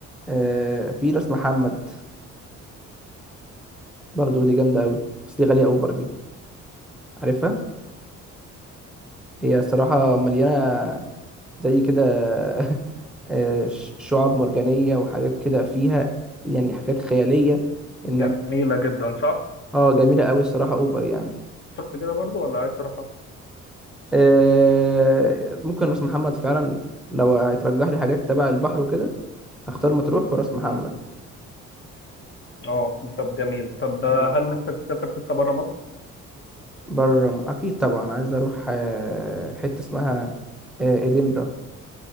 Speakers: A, in the centre; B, on the left (about 40°).
A: آه في راس محمد برضو دي جامده قوي بس دي غاليه اوفر دي عارفها هي الصراحه مليانه زي كده <laughs> آه، ش- شعاب مرجانية وحاجات كده فيها يعني حاجات خيالية انك
B: جميلة جدا شهر
A: اه جميلة قوي الصراحة اوفر يعني
B: كده برضو ولا عايز تروحها؟
A: آه، ممكن راس محمد فعلا لو هيترجح لي حاجات تبع البحر وكده هختار مطروح وراس محمد
B: مم. اه طب جميل طب هل
A: مم.
B: نفسك تسافر حتة بره مصر؟
A: بره م- اكيد طبعا عايز اروح آه، حتة اسمها آه، ادنبرا